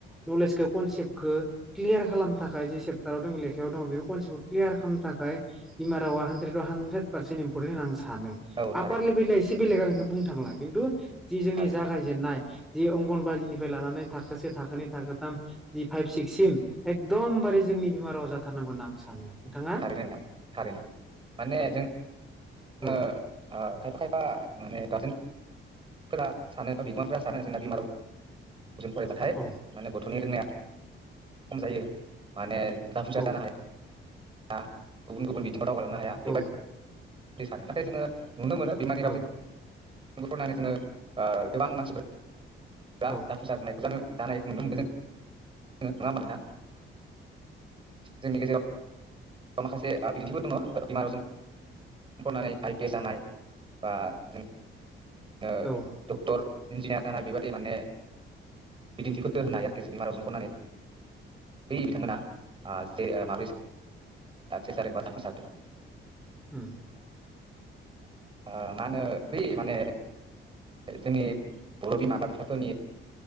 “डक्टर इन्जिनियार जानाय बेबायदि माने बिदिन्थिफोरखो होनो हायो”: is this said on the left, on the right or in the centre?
Right